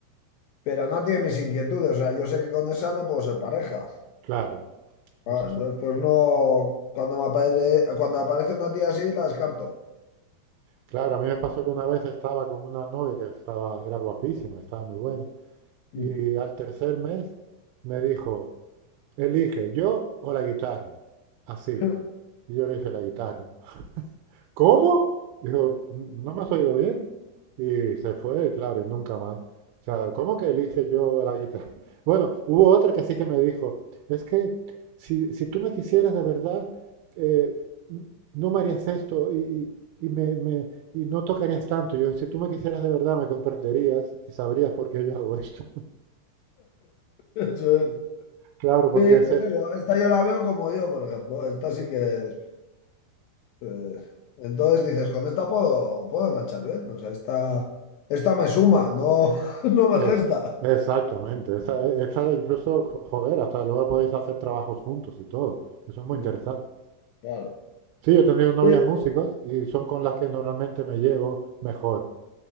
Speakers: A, on the left (about 80°); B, on the right (about 85°).
A: pero no tiene mis inquietudes. O sea, yo sé que con esa no puedo ser pareja.
B: claro.
A: Ah,
B: Eso es
A: entonces,
B: un-
A: pues no. Cuando me apare- cuando me aparece una tía así, la descarto.
B: claro, a mí me pasó que una vez estaba con una novia que estaba, era guapísima, estaba muy buena, y
A: Mm.
B: al tercer mes me dijo, Elige ¿yo o la guitarra? Así.
A: <laughs>
B: Y yo le dije, la guitarra. ¿Cómo? Dijo, ¿no me has oído bien? Y se fue, y claro, y nunca más. O sea, ¿cómo que elige yo la guitarra? <laughs> Bueno, hubo otra que sí que me dijo, es que si, si tú me quisieras de verdad, eh, no me harías esto y, y- y me, me- y no tocarías tanto. Yo, si tú me quisieras de verdad, me comprenderías y sabrías por qué yo hago esto. <laughs>
A: Eso es.
B: Claro, porque
A: Sí,
B: ese
A: pues
B: es,
A: eso. Esta yo la veo como yo, por ejemplo. Esta sí que es. eh, entonces dices, con esta puedo, puedo enganchar bien. O sea, esta, esta me suma, no, <laughs> no me
B: Es,
A: resta.
B: exactamente. Esa, e, esa de incluso, jo- joder, hasta luego podéis hacer trabajos juntos y todo. Eso es muy
A: Sí,
B: interesante.
A: Claro.
B: Sí, yo he tenido novias
A: Sí,
B: músicos y son con las que normalmente me llevo mejor.